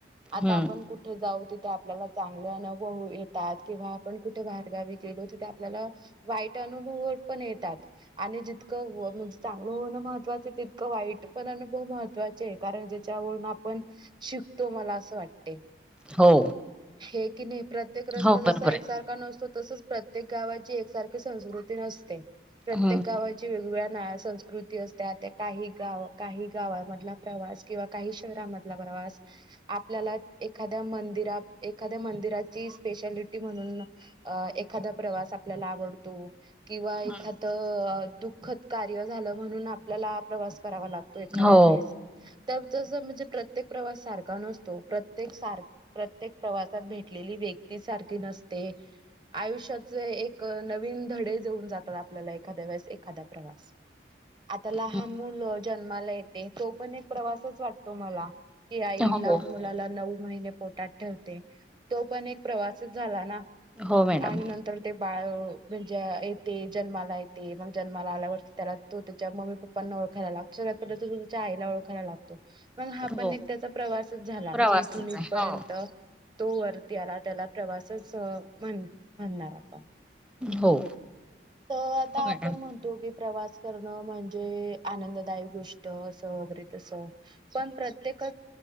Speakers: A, on the right; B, in the centre.
A: आता,
B: हम्म
A: आपण कुठे जाऊ, तिथे, आपल्याला चांगले अनुभव येतात, किंवा, आपण कुठे बाहेरगावी गेलो तिथे, आपल्याला वाईट अनुभव ण येतात आणि जितकं म्हणजे चांगलं होणं महत्वाचं, तितकं वाईट पण अनुभव मह महवाचे, कारण, ज्याच्यावरून आपण शिकतो मला असं वाटते.
B: हो.
A: हे, की नाही प्रत्येक रस्ता
B: हो
A: जसा
B: बरोबर
A: एकसारखा
B: आहे
A: नसतो, तसच प्रत्येक गावाची एकसारखी संस्कृती नसते. प्रत्येक
B: हम्म
A: गावाची वेगवेगळ्या संस्कृती असते. त्या काही गाव, काही गावामधला प्रवास, किंवा काही शहरामधला प्रवा प्रवास आपल्याला एखाद्या मंदिरा एखाद्या मंदिराची स्पेशालिटी म्हणून अ एखादा प्रवास आपल्याला आवडतो. किंवा एखादं
B: हम्म
A: दुःखद कार्य झालं, म्हणून आपल्याला प्रवास करावा लागतो. तो एखाद्या
B: हो
A: वेळेस तर, जस म्हणजे प्रत्येक प्रवास सारखा नसतो. प्रत्येक, सार प्रत्येक प्रवासात भेटलेली व्यक्ती सारखी नसते. आयुष्याचे एक नवीन धडे देऊन जातात. आपल्याला एखाद्या वेळेस एखादा्या प्रवास, आता लहान
B: हम्म
A: मुल जन्माला येते. तो पण एक प्रवासच वाटतो मला, की आई
B: हो
A: लहान
B: हो
A: मुलाला नऊ महिने पोटात ठेवते. तो पण एक प्रवासच झाला ना?
B: हो मॅडम.
A: आणि नंतर ते बाळ म्हणजे येते. जन्माला येते. मग जन्माला आल्यावरटते, त्याला तो त्याच्या मम्मी पप्पना, ओळखायला लागतो. पण तुमच्या आईला ओळखला लागतो. हा
B: हो
A: पण एक त्याचा प्रवास, झाला.
B: प्रवासच
A: की इथून इथपर्यंत,
B: आहे हो.
A: वरतीला त्याला प्रवासच म्हण म्हणणार आपण.
B: हो.
A: तर आता
B: हो मॅडम.
A: आपण म्हणतो, की प्रवास, अन म्हणजे, आनंददायक गोष्ट असं वगैरे, तसं, पण, प्रत्येक,